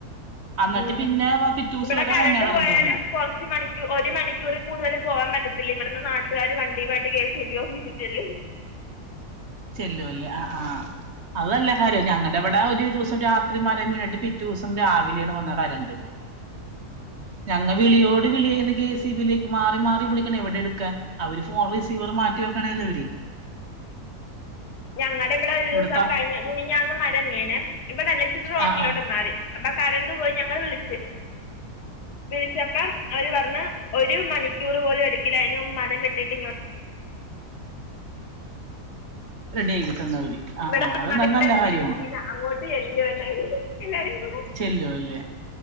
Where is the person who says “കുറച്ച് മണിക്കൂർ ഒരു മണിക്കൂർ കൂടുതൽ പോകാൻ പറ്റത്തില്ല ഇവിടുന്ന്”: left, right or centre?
Left